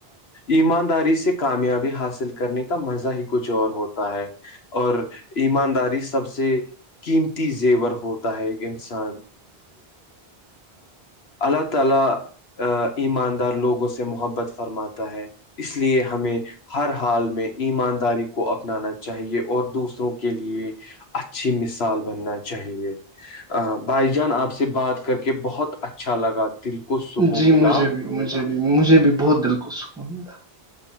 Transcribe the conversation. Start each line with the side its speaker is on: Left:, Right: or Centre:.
Left: ایمانداری سے کامیابی حاصل کرنے کا مزہ ہی کچھ اور ہوتا ہے اور ایمانداری سب سے قیمتی زیور ہوتا ہے ایک انسان اللہ تعالی ا ایماندار لوگوں سے محبت فرماتا ہے اس لیے ہمیں ہر حال میں ایمانداری کو اپنانا چاہیے اور دوسروں کے لیے اچھی مثال بننا چاہیے ا بھائی جان آپ سے بات کر کے بہت اچھا لگا دل کو سکون
Centre: جی
Left: ملا
Centre: مجھے بھی مجھے بھی مجھے بھی بہت دل کو سکون ملا